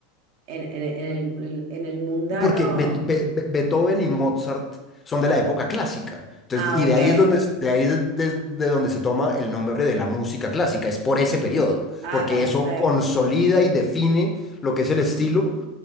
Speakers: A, on the right; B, on the left.
A: en, en- en el, en el mundano.
B: porque Be- Be- Be- Beethoven y Mozart son de la época clásica. Entonces,
A: Ah,
B: y
A: ok.
B: de ahí es donde, se- de ahí es de, de donde se toma el nombre de la música clásica. Es por ese periodo,
A: Ah,
B: porque
A: perfecto.
B: eso consolida y define lo que es el estilo.